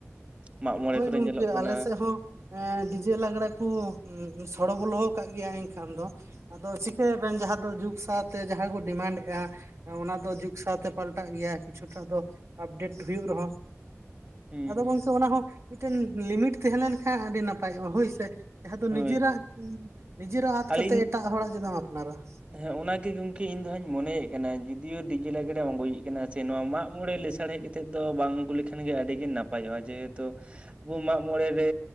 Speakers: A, on the right; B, on the right.
A: ᱢᱟᱜ ᱢᱚᱬᱮ
B: ᱦᱳᱭ
A: ᱠᱚᱨᱮ
B: ᱜᱚᱝᱠᱮ,
A: ᱧᱮᱞᱚᱜ ᱠᱟᱱᱟ
B: ᱟᱞᱮ ᱥᱮᱫ ᱦᱚᱸ ᱮᱸ ᱰᱤᱡᱮ ᱞᱟᱸᱜᱽᱲᱮ ᱠᱚ ᱥᱚᱲᱚ ᱵᱚᱞᱚ ᱟᱠᱟᱜ ᱜᱮᱭᱟ ᱮᱱᱠᱷᱟᱱ ᱫᱚ᱾ ᱟᱫᱚ ᱪᱤᱠᱟᱹᱭᱟ ᱵᱮᱱ ᱡᱟᱦᱟᱸ ᱫᱚ ᱡᱩᱜᱽ ᱥᱟᱶᱛᱮ ᱡᱟᱦᱟᱸᱭ ᱠᱚ ᱰᱤᱢᱟᱱᱰ ᱮᱜᱼᱟ ᱾ ᱚᱱᱟ ᱫᱚ ᱡᱩᱜᱽ ᱥᱟᱶᱛᱮ ᱯᱟᱞᱴᱟᱜ ᱜᱮᱭᱟ, ᱠᱤᱪᱷᱩᱴᱟ ᱫᱚ ᱟᱯᱰᱮᱴ ᱦᱩᱭᱩᱜ ᱨᱮᱦᱚᱸ
A: ᱦᱩᱸ
B: ᱟᱫᱚ
A: ᱦᱩᱸ
B: ᱜᱚᱝᱠᱮ ᱚᱱᱟ ᱦᱚᱸ ᱢᱤᱫᱴᱮᱱ ᱞᱤᱢᱤᱴ ᱛᱟᱦᱮᱸ ᱞᱮᱱᱠᱷᱟᱱ ᱟᱹᱰᱤ ᱱᱟᱯᱟᱭᱚᱜᱼᱟ, ᱦᱳᱭ ᱥᱮ? ᱡᱟᱦᱟᱸ ᱫᱚ ᱱᱤᱡᱮᱨᱟᱜ
A: ᱦᱳᱭ ᱦᱳᱭ
B: ᱱᱤᱡᱮᱨᱟᱜ ᱟᱛ
A: ᱟᱹᱞᱤᱧ
B: ᱠᱟᱛᱮ ᱮᱴᱟᱜ ᱦᱚᱲᱟᱜ ᱪᱮᱫᱟᱢ ᱟᱯᱱᱟᱨᱟ ᱾
A: ᱦᱮᱸ, ᱚᱱᱟ ᱜᱮ ᱜᱚᱝᱠᱮ ᱤᱧ ᱫᱚᱧ ᱢᱚᱱᱭᱮᱫ ᱠᱟᱱᱟ ᱡᱩᱫᱤᱭᱳ ᱰᱤᱡᱮ ᱞᱟᱜᱽᱲᱮᱢ ᱟᱜᱩᱭᱮᱫ ᱠᱟᱱᱟ, ᱥᱮ ᱱᱚᱣᱟ ᱢᱟᱜ ᱢᱚᱬᱮ ᱞᱮᱥᱟᱲ ᱦᱮᱡ ᱠᱟᱛᱮ, ᱛᱮᱫ ᱫᱚ ᱵᱟᱝ ᱟᱹᱜᱩ ᱞᱮᱠᱷᱟᱱ ᱜᱮ ᱟᱹᱰᱤ ᱜᱮ ᱱᱟᱯᱟᱭᱚᱜᱼᱟ, ᱡᱮᱦᱮᱛᱩ ᱟᱵᱚ ᱢᱟᱜ ᱢᱚᱬᱮ ᱨᱮ